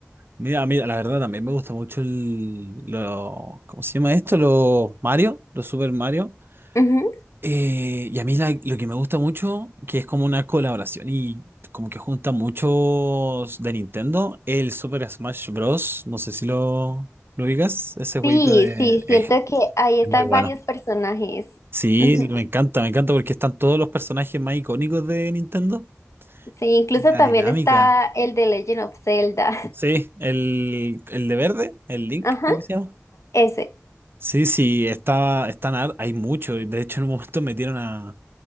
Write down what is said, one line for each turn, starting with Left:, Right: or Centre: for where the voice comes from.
Right: mira, a mí la verdad también me gusta mucho el, lo, ¿cómo se llama esto? Los Mario, los Super Mario.
Left: Ujú.
Right: Eh, y a mí la- lo que me gusta mucho, que es como una colaboración y como que junta muchos de Nintendo, el Super Smash Bros. No sé si lo, lo ubicas, ese jueguito
Left: Sí,
Right: de...
Left: sí,
Right: eh,
Left: siento que ahí están
Right: es muy bueno.
Left: varios personajes.
Right: Sí,
Left: Ujú.
Right: me encanta, me encanta porque están todos los personajes más icónicos de Nintendo
Left: Sí, incluso
Right: y la
Left: también
Right: dinámica.
Left: está el de Legend of Zelda. <laughs>
Right: Sí, el, el de verde, el Link,
Left: Ajá,
Right: creo que se llama.
Left: ese.
Right: Sí, sí, está, están, har- hay mucho. De hecho, en un momento metieron a,